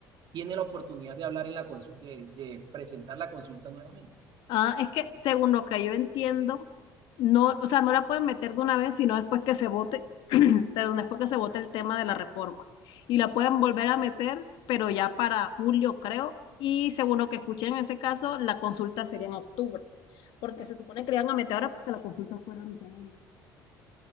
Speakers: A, on the right; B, on the left.
A: tiene la oportunidad de hablar en la consu- de, de presentar la consulta nuevamente.
B: Ah, es que según lo que yo entiendo, no, o sea, no la pueden meter de una vez, sino después que se vote, <clears throat> perdón, después que se vote el tema de la reforma. Y la pueden volver a meter, pero ya para julio, creo, y según lo que escuché en ese caso, la consulta sería en octubre, porque se supone que le iban a meter ahora para que la consulta fuera a mitad de año.